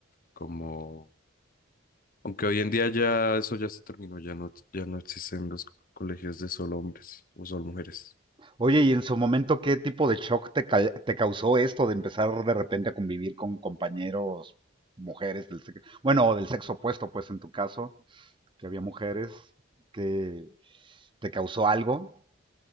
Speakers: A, on the left; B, on the right.
A: como, aunque hoy en día ya eso ya se terminó, ya no, ya no existen los colegios de solo hombres o solo mujeres.
B: Oye, ¿y en su momento qué tipo de shock te, cal- te causó esto de empezar de repente a convivir con compañeros, mujeres del sexo, bueno, o del sexo opuesto, pues en tu caso? que había mujeres, que te causó algo.